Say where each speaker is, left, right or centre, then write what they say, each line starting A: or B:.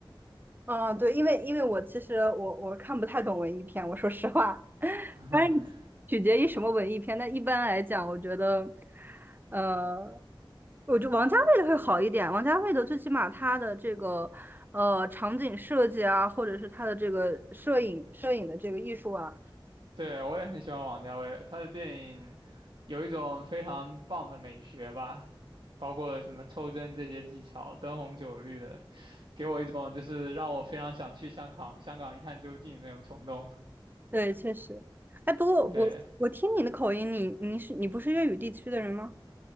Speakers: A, on the right; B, on the right.
A: 嗯，对，因为因为我其实我我看不太懂文艺片，我说实话，<laughs>
B: <laughs>
A: 当然取决于什么文艺片。但一般来讲，我觉得，呃，我觉得王家卫的会好一点。王家卫的最起码他的这个呃场景设计啊，或者是他的这个摄影摄影的这个艺术啊。
B: 对，我也很喜欢王家卫，他的电影有一种非常棒的美学吧，包括什么抽帧这些技巧，灯红酒绿的，给我一种就是让我非常想去香港，香港一探究竟的那种冲动。
A: 对，确实。哎，不过我我听你的口音，
B: 对
A: 你你是你不是粤语地区的人吗？